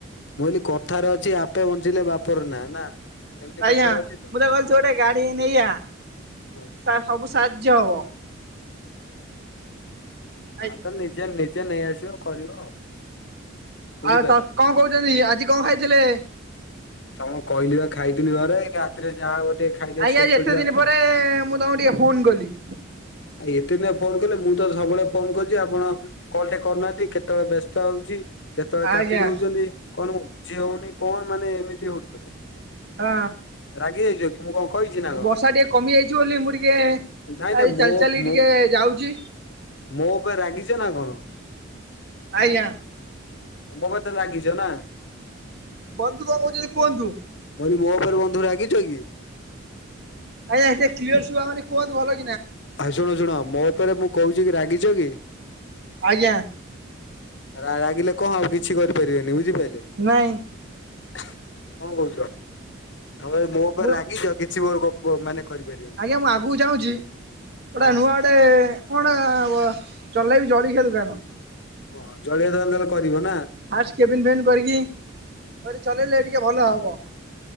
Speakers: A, on the left (about 60°); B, on the right (about 55°).
A: ମୁଁ କହିଲି କଥାରେ ଅଛି ଆପେ ବଞ୍ଚିଲେ ବାପର ନା ନା ଏମିତି
B: ଆଜ୍ଞା
A: କଥାରେ ଅଛି
B: ମୁଁ ତ କହୁଛି
A: ହଉ
B: ଗୋଟେ ଗାଡି ନେଇଆ ତାର
A: ହଁ
B: ସବୁ ସାହାଯ୍ୟ ହବ। <inaudible>
A: ହଁ ତା ନିଜେ ନିଜେ ନେଇ ଆସିବ କରିବ ଆଉ ବୁଝିପାରିଲ।
B: ଆଉ ତ କଣ କହୁଛନ୍ତି ଆଜି କଣ ଖାଇଥିଲେ।
A: ତମକୁ କହିଲି ବା ଖାଇଥିଲି ଘରେ ରାତିରେ ଯାହା ହବ ଟିକେ ଖାଇଦେଇ
B: ଆଜ୍ଞା
A: ଶୋଇପଡିବା।
B: ଆଜି ଏତେ ଦିନ ପରେ ମୁଁ ତମକୁ ଟିକେ ଫୋନ କଲି।
A: ଆ ଏତେ ଦିନ ଫୋନ କଲେ ମୁଁ ତ ସବୁବେଳେ ଫୋନ କରୁଛି ଆପଣ କଲଟେ କରୁନାହାନ୍ତି କେତେବେଳେ ବ୍ୟସ୍ତ ହଉଛି କେତେବେଳେ
B: ଆଜ୍ଞା
A: କାଟି ଦଉଛନ୍ତି କଣ ମୁଁ ବୁଝି ହଉନି କଣ ମାନେ ଏମିତି ହଉଛ
B: ହଁ
A: ରାଗି ଯାଇଛ କି ମୁଁ କଣ କହିଛି ନା କଣ
B: ବର୍ଷା ଟିକେ କମି ଯାଇଛି ବୋଲି ମୁଁ ଟିକେ
A: ନାଇଁ
B: ଆଜି
A: ନାଇଁ
B: ଚାଲି
A: ମୋ
B: ଚାଲି ଟିକେ
A: ମୋ
B: ଯାଉଛି
A: ମୋ ଉପରେ ରାଗିଛ ନା କଣ
B: ଆଜ୍ଞା
A: ମୋ କତିରେ ରାଗଚ ନା?
B: ବନ୍ଧୁ କଣ କହୁଚନ୍ତି କୁହନ୍ତୁ।
A: ମୁଁ କହିଲି ମୋ ଉପରେ ବନ୍ଧୁ ରାଗିଚ କି?
B: ଆଜ୍ଞା ଟିକେ କ୍ଲିୟର ଶୁଭା ଯାଉନି କୁହନ୍ତୁ ଭଲ କି।
A: ହଁ ଶୁଣ ଶୁଣ ମୋ ଉପରେ ମୁଁ କହୁଚି କି ରାଗିଚ କି?
B: ଆଜ୍ଞା।
A: ରା ରାଗିଲେ କଣ ହବ କିଛି କରିପାରିବେନି ବୁଝିପାଇଲେ?
B: ନାଇଁ।
A: କଣ କରୁଚ? ତମେ ମୋ ଉପରେ
B: ମୁଁ
A: ରାଗିଚ କିଛି ମୋର କ କୋ ମାନେ କରିବେ।
B: ଆଜ୍ଞା ମୁଁ ଆଗକୁ ଯାଉଚି ପୁରା
A: ହଁ
B: ନୂଆ ଏତେ କଣ ଚଲେଇବି ଜଳଖିଆ ଦୋକାନ।
A: ଓହ ଜଳଖିଆ ଦୋକାନ ତାହେଲେ କରିବ ନା?
B: ଫାଷ୍ଟ କେବିନ ଫେବିନ କରିକି କରି ଚଲେଇଲେ ଟିକେ ଭଲ ହବ।